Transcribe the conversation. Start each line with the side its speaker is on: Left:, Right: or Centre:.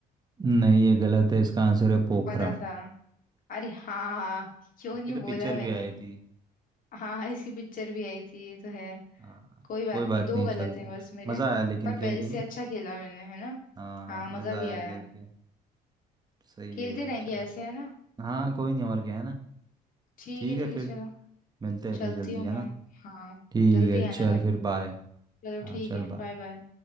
Right: नहीं ये गलत है इसका आंसर है पोखरण
Left: पता था अरे हाँ हाँ, क्यों
Right: इसकी
Left: नहीं
Right: तो पिक्चर
Left: बोला मैंने
Right: भी आई थी
Left: हाँ हाँ इसकी पिक्चर भी आई थी ये तो है
Right: हाँ
Left: कोई बात
Right: कोई बात
Left: नहीं दो
Right: नहीं
Left: गलत
Right: चलता
Left: हैं बस मेरे
Right: मज़ा आया लेकिन
Left: पर
Right: खेल
Left: पहले
Right: के नहीं
Left: से अच्छा खेला मैंने है ना
Right: हाँ
Left: हाँ मजा
Right: मज़ा
Left: भी
Right: आया
Left: आया
Right: खेल के सही
Left: खेलते
Right: है यार
Left: रहेंगे
Right: चल
Left: ऐसे है ना
Right: हाँ कोई नहीं और क्या है ना
Left: ठीक
Right: ठीक
Left: है ठीक
Right: है फिर
Left: है चलो
Right: मिलते हैं
Left: चलती
Right: फिर जल्दी
Left: हूँ
Right: है
Left: मैं
Right: ना
Left: हाँ
Right: ठीक
Left: जल्दी
Right: है चल
Left: आना घर
Right: फिर
Left: पर
Right: बाय
Left: चलो
Right: हाँ
Left: ठीक
Right: चल
Left: है
Right: बाय
Left: बाय बाय